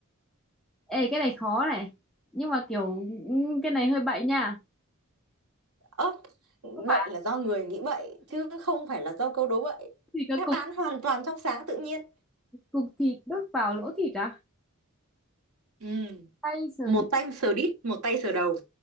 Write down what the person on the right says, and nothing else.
ớp
bệnh là do người nghĩ bậy chứ không phải là do câu đố bậy
đáp
án hoàn toàn trong sáng tự nhiên
ừ.
một
tay sờ đít một tay sờ đầu